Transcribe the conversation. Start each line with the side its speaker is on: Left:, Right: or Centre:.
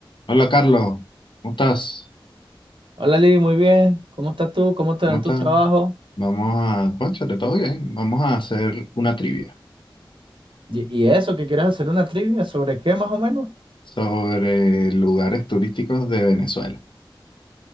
Left: Hola Carlos, ¿cómo estás?
Right: Hola Lili, muy bien. ¿Cómo estás tú? ¿Cómo te
Left: ¿Cómo
Right: va en
Left: estás?
Right: tu trabajo?
Left: Vamos a, cónchale, todo bien. Vamos a hacer una trivia
Right: ¿Y, y eso? ¿Que quieres hacer una trivia? ¿Sobre qué más o menos?
Left: sobre lugares turísticos de Venezuela.